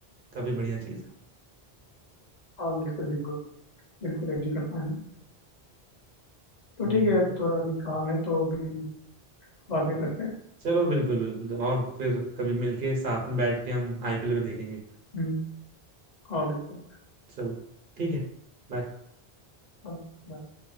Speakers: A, on the right; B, on the left.
A: काफी बढ़िया चीज़ है
B: हाँ, बिल्कुल बिल्कुल बिल्कुल एग्री करता हूँ तो
A: हम्म,
B: ठीक है थोड़ा अभी काम है तो अभी बाद में करते हैं
A: चलो बिल्कुल बिल्कुल और फिर कभी मिलके साथ में बैठ के हम आईपीएल भी देखेंगे
B: हम्म, हाँ बिल्कुल
A: चलो ठीक है बाय
B: हाँ bye.